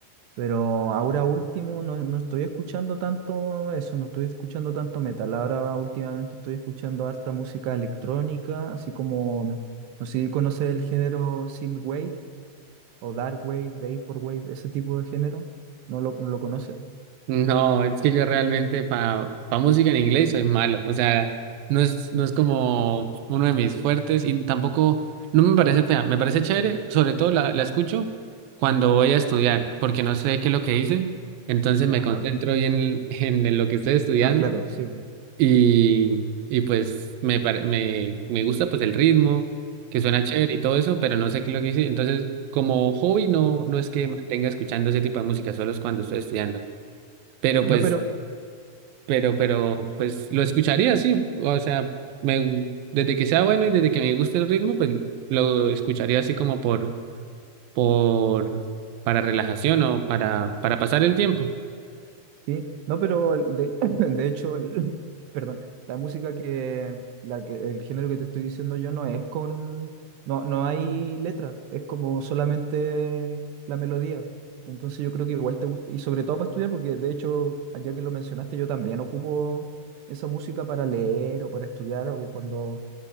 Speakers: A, on the right; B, on the right.
A: Pero ahora último no, no estoy escuchando tanto eso, no estoy escuchando tanto metal. Ahora últimamente estoy escuchando harta música electrónica, así como, no sé si conoces el género synthwave o darkwave, vaporwave, ese tipo de género. ¿No lo, no lo conoces?
B: No, es que yo realmente para música en inglés soy malo. O sea, no es, no es como uno de mis fuertes y tampoco, no me parece fea. Me parece chévere, sobre todo la, la escucho cuando voy a estudiar, porque no sé qué es lo que hice. Entonces me
A: Ajá.
B: concentro bien en, en lo que estoy estudiando
A: Ah, claro, sí. pues.
B: Y, y pues me, pare- me, me gusta pues el ritmo, que suena chévere y todo eso, pero no sé qué es lo que hice. Entonces, como hobby no, no es que mantenga escuchando ese tipo de música, solo es cuando estoy estudiando. Pero
A: No,
B: pues,
A: pero,
B: pero, pero, pues lo escucharía, sí. O sea, me, desde que sea bueno y desde que me guste el ritmo, pues lo escucharía así como por, por, para relajación o para, para pasar el tiempo.
A: sí, no, pero el- de, <laughs> <clears throat> de hecho, el, <laughs> <clears throat> perdón, la música que, la que, el género que te estoy diciendo yo no es con, no, no hay letra, es como solamente la melodía. Entonces yo creo que igual te gusta, y sobre todo para estudiar, porque de hecho, ya que lo mencionaste, yo también ocupo esa música para leer o para estudiar o cuando